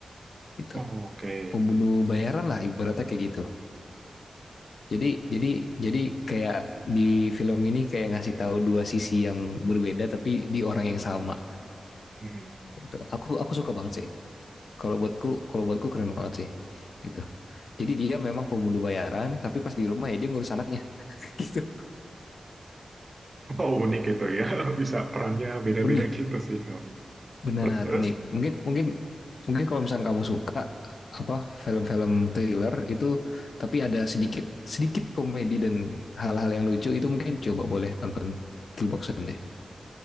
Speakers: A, on the left; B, on the right.
A: gitu.
B: Oke.
A: Pembunuh bayaran lah ibaratnya kayak gitu. Jadi jadi jadi kayak di film ini kayak ngasih tahu dua sisi yang berbeda tapi di orang yang sama
B: Mm.
A: gitu. Aku aku suka banget sih. kalau buatku kalau buatku keren banget sih gitu jadi dia memang pembunuh bayaran tapi pas di rumah ya dia ngurus anaknya <laughs> gitu
B: Oh, unik gitu ya. <laughs> Bisa perannya beda-beda
A: unik
B: gitu sih. Um,
A: benar
B: Terus terus.
A: unik mungkin mungkin mungkin kalau misalnya kamu suka apa film-film thriller itu tapi ada sedikit sedikit komedi dan hal-hal yang lucu itu mungkin coba boleh nonton Killboxen deh